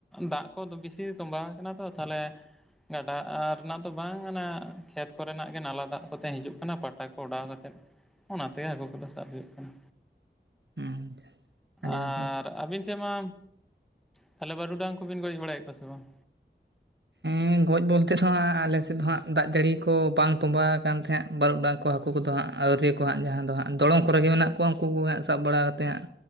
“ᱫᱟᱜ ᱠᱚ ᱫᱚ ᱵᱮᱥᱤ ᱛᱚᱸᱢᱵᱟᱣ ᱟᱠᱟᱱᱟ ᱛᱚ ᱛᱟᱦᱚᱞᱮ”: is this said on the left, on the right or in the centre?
Centre